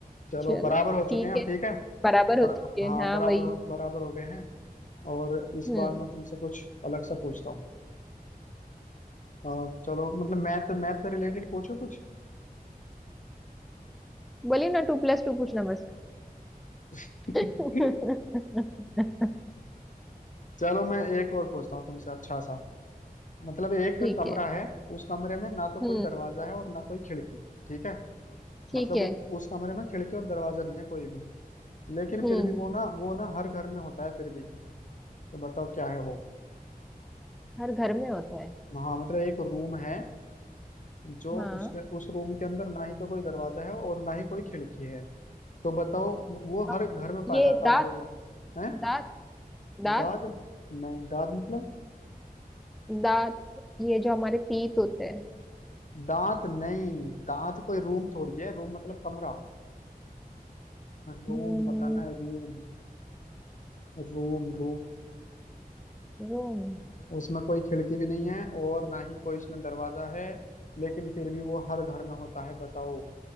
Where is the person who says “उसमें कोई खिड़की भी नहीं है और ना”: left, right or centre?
Left